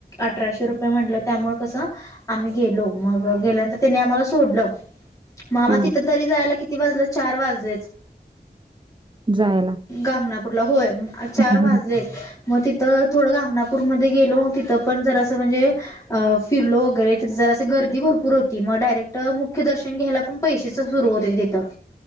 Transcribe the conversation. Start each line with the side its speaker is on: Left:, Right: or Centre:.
Left: अठराशे रुपये म्हटलं त्यामुळे कसं आम्ही गेलो... मग गेल्यानंतर त्यांनी आम्हाला सोडलं मग आम्हाला
Right: हा
Left: तिथं तरी जायला किती वाजले... चार वाजलेच.
Right: जायला
Left: गानगापूरला... होय चार
Right: हम्म
Left: वाजलेच.
Right: हम्म
Left: मग तिथं थोडं गानगापूरमध्ये गेलो... तिथं पण जरा असं म्हणजे अं... फिरलो वगैरे... तिथं जरासं गर्दी भरपूर होती... मग डायरेक्ट... मुख्य दर्शन घ्यायला पण पैशेचे सुरु होते तिथं.